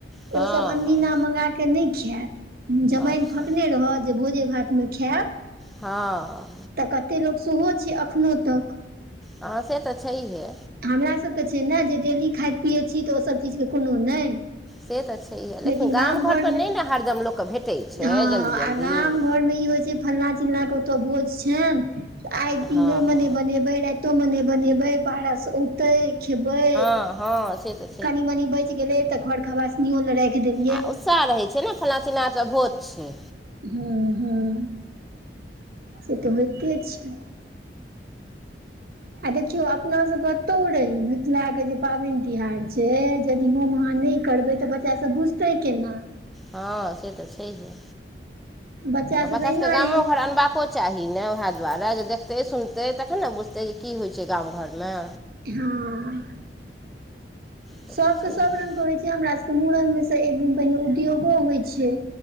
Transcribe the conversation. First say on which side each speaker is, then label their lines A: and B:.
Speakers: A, in the centre; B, on the right (about 55°).
A: हँ
B: ओसभ अदीना मगा कऽ नहि खायत जमाइन
A: अच्छा
B: फकने रह जे भोजे भातमे खायब
A: हँ
B: तऽ कतेक लोक सेहो छै एखनोहु तक
A: आँ से तऽ छैहे
B: हमरा सभके छै ने जे डेली खाइत पियैत छी तऽ ओसभ चीजके कोनो नहि
A: से तऽ छैहे
B: लेकिन गाम
A: घरपर
B: घरमे
A: नहि ने हरदम लोकके भेटै छै
B: हँ
A: जल्दी जल्दी
B: आ गाम घरमे ई होइ छै फल्ना चिलला के ओतय भोज छनि तऽ आइ
A: हँ
B: दिनो मे नै बनेबै राति कतो मने बनेबै पारस औते खेबै
A: हँ हँ से त
B: कनी मनी बचि गेले तऽ घर खबास नियो ल राखि देल
A: आ उत्साह रहैत छै ने फल्ना चिलना त भोज छै
B: हूं हूं से तऽ होइते छै आ देखियौ अपना सबत कतौ रही मिथिला के जे पाबनि तिहार छै यदि हम अहाँ नहि करबै तऽ बच्चा सब बुझ तै केना
A: हँ से तऽ छैहे
B: बच्चा
A: बच्चाभके
B: सब तहिना
A: गामो
B: रे
A: घर अनबाक को चाही ने वएह दुआरे जे देखतै सुनतै तखन ने बुझतै जे की होइ छै गाम घरमे
B: हँ
A: से
B: सभके
A: तऽ छैहे
B: सभ रङ्गके होइ छै हमरा सभके मूड़नमे सँ एक दिन पहिने उद्योगो होइ छै